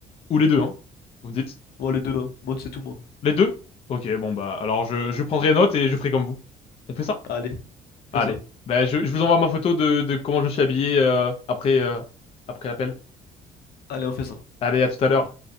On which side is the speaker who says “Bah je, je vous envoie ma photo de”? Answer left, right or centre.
Left